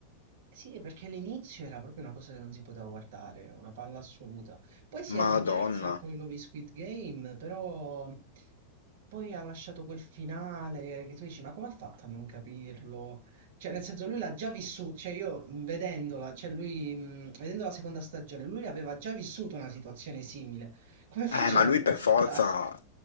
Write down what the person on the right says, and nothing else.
Sì, perché all'inizio era proprio una cosa che non si poteva guardare, una palla assoluta. Poi si è
ripresa con i nuovi Squid Game, però poi ha lasciato quel finale che tu dici, ma come ha fatto a non capirlo? Cioè, nel senso, lui l'ha già vissuto, cioè io mh, vedendola, cioè lui, mh, vedendo la seconda stagione, lui aveva già vissuto una situazione simile. Come faceva
a non
aspettarsi?